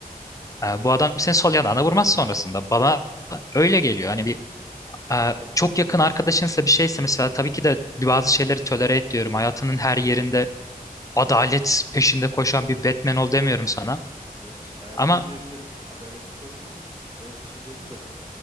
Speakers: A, on the right; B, on the left.
A: Hı hı.
B: e, bu adam senin sol yanağına vurmaz sonrasında. Bana öyle geliyor. Hani bir e, çok yakın arkadaşınsa bir şeyse mesela tabii ki de bazı şeyleri tolere et diyorum. Hayatının her yerinde adalet peşinde koşan bir Batman ol demiyorum sana.
A: Evet, hayatın
B: Ama
A: her yerinde adaletli koşmak. Evet bir şey diyordun da.